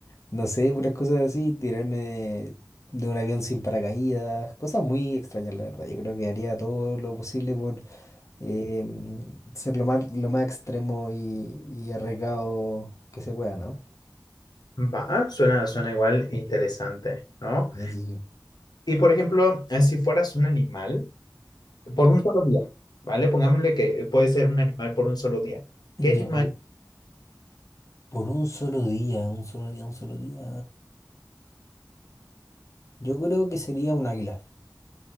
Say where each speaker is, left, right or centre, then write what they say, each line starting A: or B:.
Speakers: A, on the left; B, on the left.
A: no sé, puras cosas así, tirarme de, de un avión sin paracaídas, cosas muy extrañas, la verdad. Yo creo que haría todo lo posible por eh, ser lo más, lo más extremo y, y arriesgado que se pueda, ¿no?
B: Va, suena, suena igual interesante, ¿no?
A: Sí, sí, sí.
B: Y por ejemplo, eh, si fueras un animal por un solo día, ¿vale? Pongámosle que puede ser un animal por un solo día.
A: Ya,
B: ¿Qué animal?
A: por, por un solo día, un solo día, un solo día. Yo creo que sería un águila.